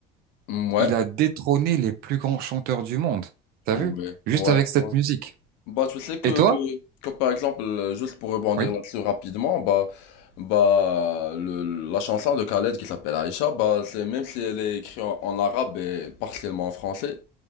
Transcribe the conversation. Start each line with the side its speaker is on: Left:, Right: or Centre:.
Left: Mm, Ouais.
Right: il a détrôné les plus grands chanteurs du monde. T'as
Left: Ouais.
Right: vu? Juste
Left: Ouais.
Right: avec cette
Left: ouais.
Right: musique.
Left: Bah, tu sais que,
Right: Et toi?
Left: que, que, par exemple, euh, juste pour rebondir
Right: Oui.
Left: là-dessus rapidement, bah, bah le- la chanson de Khaled qui s'appelle Aïcha, bah, c'est, même si elle est écrite en, en arabe et partiellement en français,